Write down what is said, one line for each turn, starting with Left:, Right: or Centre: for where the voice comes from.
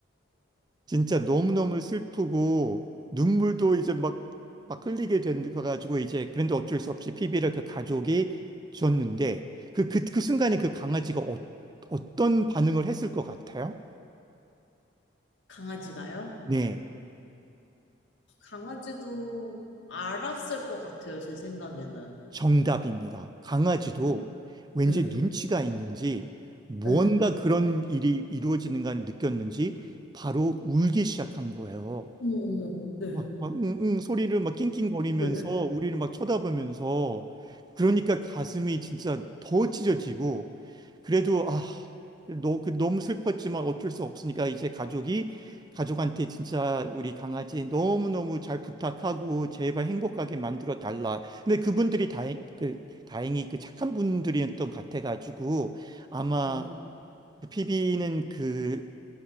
Right: 진짜 너무너무
Left: 어,
Right: 슬프고 눈물도 이제 막, 막 흘리게 돼가지고 이제 그런데 어쩔 수 없이 피비를 그 가족이 줬는데 그, 그, 그 순간에 그 강아지가 어, 어떤 반응을 했을 것 같아요?
Left: 강아지가요?
Right: 네,
Left: 강아지도 알았을 것 같아요, 제 생각에는.
Right: 정답입니다. 강아지도 왠지
Left: 네.
Right: 눈치가 있는지 무언가
Left: 네.
Right: 그런 일이 이루어지는가를 느꼈는지 바로 울기 시작한 거예요.
Left: 어머, 어머. 네.
Right: 막, 막 응응 소리를 막 낑낑거리면서
Left: 네네.
Right: 우리를 막 쳐다보면서 그러니까 가슴이 진짜 더 찢어지고 그래도 아, 너, 그 너무 슬펐지만 어쩔 수 없으니까 이제 가족이 가족한테 진짜 우리 강아지 너무너무 잘 부탁하고 제발 행복하게 만들어 달라. 근데 그분들이 다행 그 다행히 그 착한 분들이었던 것 같아가지고 아마
Left: 네.
Right: 그 피비는 그